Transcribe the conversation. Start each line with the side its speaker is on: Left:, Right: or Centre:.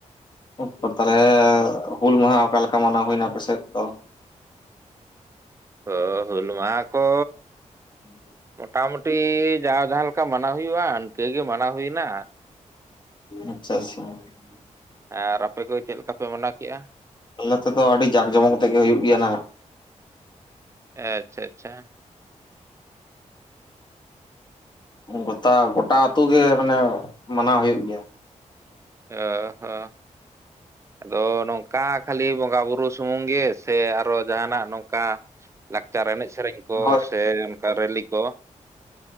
Left: <inaudible> ᱛᱟᱦᱚᱞᱮ ᱦᱩᱞ ᱢᱟᱦᱟ ᱚᱠᱟ ᱞᱮᱠᱟ ᱢᱟᱱᱟᱣ ᱦᱩᱭᱱᱟ ᱟᱯᱮ ᱥᱮᱫ ᱫᱚ?
Right: ᱦᱚ ᱦᱩᱞ ᱢᱟᱦᱟᱸ ᱠᱚ
Left: <inaudible>
Right: ᱢᱚᱴᱟᱢᱩᱴᱤ ᱡᱟᱣ ᱡᱟᱦᱟᱸ ᱞᱮᱠᱟ ᱢᱟᱱᱟᱣ ᱦᱩᱭᱩᱜᱼᱟ ᱤᱱᱠᱟᱹ ᱜᱮ ᱢᱟᱱᱟᱣ ᱦᱩᱭᱱᱟ
Left: ᱟᱪᱪᱷᱟ ᱟᱪᱪᱷᱟ <unintelligible>
Right: ᱦᱮᱸ ᱟᱨ ᱟᱯᱮ ᱠᱚ ᱪᱮᱫ ᱞᱮᱠᱟ ᱯᱮ ᱢᱟᱱᱟᱣ ᱠᱮᱜᱼᱟ?
Left: ᱟᱞᱮ ᱛᱮᱫᱚ ᱟᱹᱰᱤ ᱡᱟᱸᱠ ᱡᱚᱢᱚᱠ ᱛᱮᱜᱮ ᱦᱩᱭᱩᱜ ᱜᱮᱭᱟ ᱱᱟᱦᱟᱜ
Right: ᱟᱪᱪᱷᱟ ᱟᱪᱷᱟ
Left: ᱜᱚᱛᱟ ᱜᱚᱴᱟ ᱟᱹᱛᱩ ᱜᱮ ᱢᱟᱱᱮ ᱢᱟᱱᱟᱣ ᱦᱩᱭᱩᱜ ᱜᱮᱭᱟ
Right: ᱚ ᱦᱚᱸ ᱟᱫᱚ ᱱᱚᱝᱼ ᱼᱠᱟ ᱠᱷᱟᱹᱞᱤ ᱵᱚᱸᱜᱟ ᱵᱩᱨᱩ ᱥᱩᱢᱩᱝ ᱜᱮ ᱥᱮ ᱟᱨᱚ ᱡᱟᱦᱟᱱᱟᱜ ᱱᱚᱝᱠᱟ ᱞᱟᱠᱪᱟᱨ ᱮᱱᱮᱡ ᱥᱮᱨᱮᱧ ᱠᱚ
Left: ᱦᱳᱭ
Right: ᱥᱮ ᱚᱱᱠᱟ ᱨᱮᱞᱤ ᱠᱚ